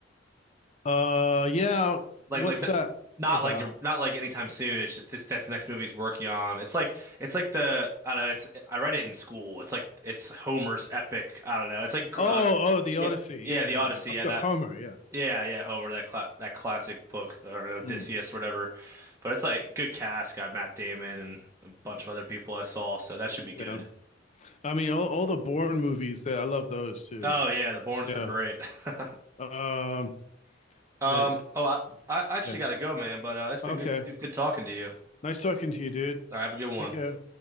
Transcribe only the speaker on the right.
Like
like not,
not
like not like anytime soon. It's just this that's the next movie he's working on. It's like it's like the I don't know, it's I read it in school. It's like it's Homer's epic. I don't know. It's like
uh,
yeah,
yeah,
the
Odyssey.
Yeah,
that
Yeah, yeah, Homer, that cla that classic book or Odysseus,
whatever. But it's like good cast, got Matt Damon and a bunch of other people I saw, so that should be
good.
Oh yeah, the Bournes
were great. <laughs>
Um,
oh I, I actually
gotta go, man, but uh, it's been
good, good good talking to you. All
right, have a good one.